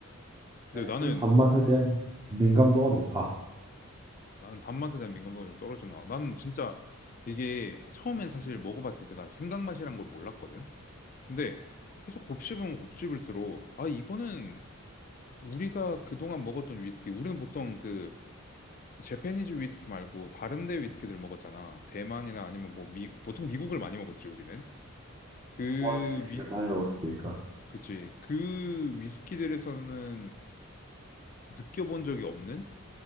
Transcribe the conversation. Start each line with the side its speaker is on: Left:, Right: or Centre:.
Left: 근데
Right: 내가
Left: 나는
Right: 좀 단맛에 대한 민감도가 높아.
Left: 나는 단맛에 대한 민감도가 좀 떨어지나. 나는 진짜 이게 처음엔 사실 먹어봤을 때 난 생강맛이란 걸 몰랐거든. 근데 계속 곱씹으면 곱씹을수록 아 이거는 우리가 그동안 먹었던 위스키 우리는 보통 그 재패니즈 위스키 말고 다른 데 위스키들을 먹었잖아. 대만이나 아니면 뭐 미, 보통 미국을 많이 먹었지 우리는. 그
Right: 어이 새끼를
Left: 위,
Right: 많이 먹었으니까
Left: 그치. 그 위스키들에서는 느껴본 적이 없는